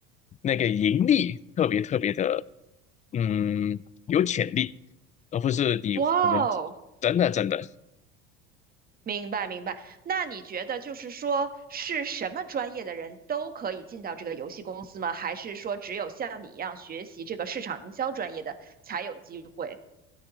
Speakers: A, on the left (about 25°); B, on the right (about 30°).
A: 那个盈利特别特别的，嗯，有潜力，而不是你我们
B: 哇哦，
A: 真的真的。
B: 明白明白。那你觉得就是说，是什么专业的人都可以进到这个游戏公司吗？还是说只有像你一样学习这个市场营销专业的才有机会？